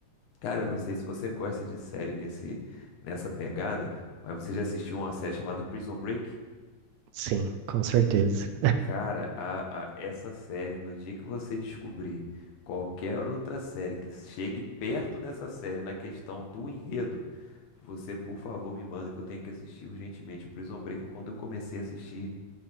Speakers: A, on the left; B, on the right.
A: cara, eu não sei se você gosta de série nesse, nessa pegada, mas você já assistiu uma série chamada Prison Break?
B: Sim, com certeza.
A: Cara, a- a- essa série, no dia que você descobrir qualquer outra série que chegue perto dessa série na questão do enredo, você, por favor, me manda que eu tenho que assistir urgentemente. O Prison Break, quando eu comecei a assistir,